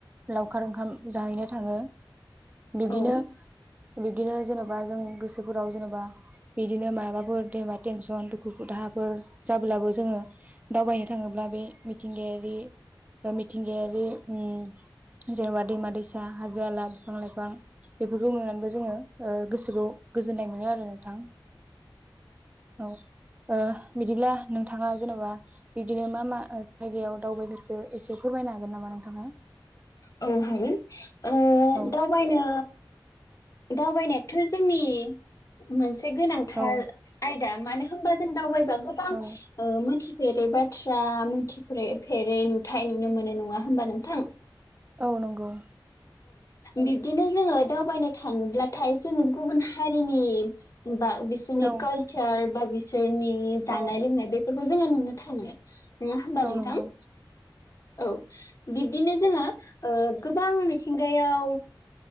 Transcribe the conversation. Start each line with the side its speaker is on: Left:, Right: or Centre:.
Right: लावखार ओंखाम जाहैनो थाङो। बिब्दिनो-बिब्दिनो
Left: औ
Right: जेनेबा जों गोसो दुखुफोराव जेनेबा बिदिनो माबाबाफोर जेनेबा टेनसन दुखु दाहाफोर जाब्लाबो जोङो दावबायनो थाङोब्ला बे मिथिंगायारि बा मिथिंगायारि उम जेनेबा दैमा दैसा हाजो आला बिफां लाइफां बेफोरखौ नुनानैबो जोङो गोसोखौ गोजोननाय मोनो आरो नोंथां। औ ओ बिदिब्ला नोंथाङा जेनेबा बिदिनो मा-मा ओ जायगायाव दावबायफोरखो एसे फोरमायनो हागोन नामा नोंथाङा?
Left: औ हागोन। ओ
Right: औ
Left: दावबायनो दावबायनायाथ' जोंनि मोनसे गोनांथार
Right: औ
Left: आयदा मानो होनबा जों दावबायबा गोबां
Right: औ
Left: मोनथि फेरै बाथ्रा मिथिफेरै फेरै नुथाय नुनो मोनो नङा होमबा नोंथां।
Right: औ नंगौ।
Left: बिबदिनो जोङो दावबायनो थाङोब्लाथाय जोङो गुबुन हारिनि बा बिसोरनि
Right: औ
Left: कालचार बा बिसोरनि जानाय
Right: औ
Left: लोंनाय बेफोर खौ जोङो नुनो थाङो। नङा होमबा
Right: औ
Left: नोंथां
Right: नंगौ
Left: औ बिब्दिनो जोङो ओ गोबां मिथिंगायाव